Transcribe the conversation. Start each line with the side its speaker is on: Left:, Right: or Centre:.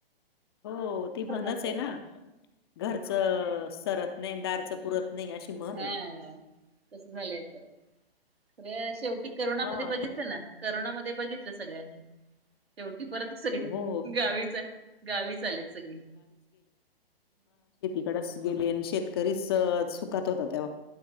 Left: हो ती म्हणच
Right: नको
Left: आहे ना घरच सरत नाही दारच पुरत नाही. अशी म्हण
Right: हां
Left: आहे.
Right: तस झालाय तर खर शेवटी करोना
Left: हा.
Right: मध्ये बघितल ना. करोना मध्ये बघितल सगळ्यांनी शेवटी परत सगळी
Left: हो
Right: गावीच आले गावीच आले सगळे.
Left: <unintelligible> गेली आणि शेतकरीच सुखात होता तेव्हा.